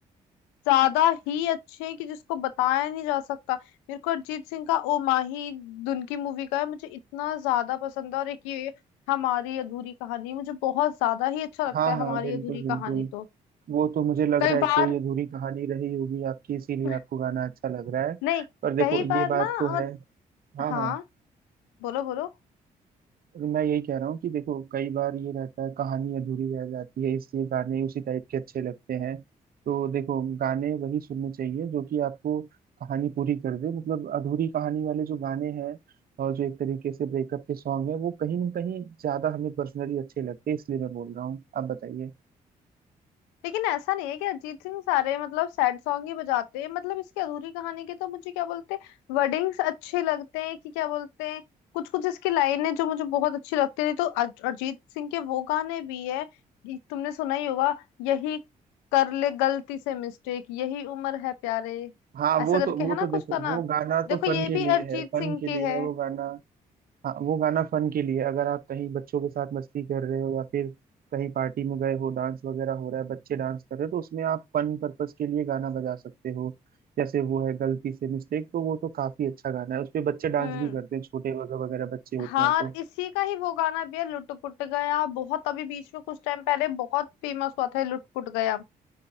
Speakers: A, on the left (about 85°); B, on the right (about 55°).
A: ज्यादा ही अच्छे हैं कि जिसको बताया नहीं जा सकता मेरे को अरिजीत सिंह का ओ माही धुन की मूवी का है मुझे इतना ज्यादा पसंद है और एक ये हमारी अधूरी कहानी मुझे बहुत ज्यादा ही अच्छा लगता
B: हाँ
A: है हमारी
B: हाँ बिल्कुल
A: अधूरी कहानी
B: बिल्कुल
A: तो
B: वो तो मुझे लग
A: कई
B: रहा है
A: बार
B: कोई अधूरी कहानी रही होगी आपकी इसीलिए
A: <laughs>
B: आपको गाना अच्छा लग रहा है
A: नहीं
B: पर देखो
A: कई
B: ये
A: बार
B: बात
A: ना
B: तो
A: मत
B: है हाँ
A: हाँ
B: हाँ
A: बोलो बोलो
B: और मैं यही कह रहा हूँ कि देखो कई बार ये रहता है कहानी अधूरी रह जाती है इसलिए गाने उसी टाइप के अच्छे लगते हैं तो देखो गाने वही सुनने चाहिए जो कि आपको कहानी पूरी कर दे मतलब अधूरी कहानी वाले जो गाने हैं और जो एक तरीके से ब्रेकअप के सॉन्ग है वो कहीं ना कहीं ज्यादा हमें पर्सनली अच्छे लगते हैं इसलिए मैं बोल रहा हूँ आप बताइए
A: लेकिन ऐसा नहीं है कि अरिजीत सिंह सारे मतलब सैड सॉन्ग ही बजाते हैं मतलब इसकी अधूरी कहानी के तो मुझे क्या बोलते हैं वर्डिंग्स अच्छे लगते हैं कि क्या बोलते हैं कुछ कुछ इसकी लाइनें जो मुझे बहुत अच्छी लगती थी तो अर- अरिजीत सिंह के वो गाने भी है ये तुमने सुना ही होगा यही कर ले गलती से मिस्टेक यही उम्र है प्यारे
B: हाँ
A: ऐसा
B: वो तो
A: करके
B: वो
A: है ना
B: तो
A: कुछ
B: देखो
A: गाना
B: वो गाना
A: देखो
B: तो
A: ये
B: फन के
A: भी
B: लिए
A: अरिजीत
B: है फन
A: सिंह
B: के
A: के
B: लिए
A: है
B: है वो गाना हाँ वो गाना फन के लिए अगर आप कहीं बच्चों के साथ मस्ती कर रहे हो या फिर कहीं पार्टी में गए हो डांस वगैरह हो रहा है बच्चे डांस कर रहे हो तो उसमें आप फन पर्पस के लिए गाना बजा सकते हो जैसे वो है गलती से मिस्टेक तो वो तो काफी अच्छा गाना है उस पे बच्चे डांस
A: हम्म
B: भी करते हैं छोटे वगैरह वगैरह बच्चे होते
A: हाँ
B: हैं तो
A: और इसी का ही वो गाना भी है लुटपुट गया बहुत अभी बीच में कुछ टाइम पहले बहुत फेमस हुआ था लुटपुट गया तो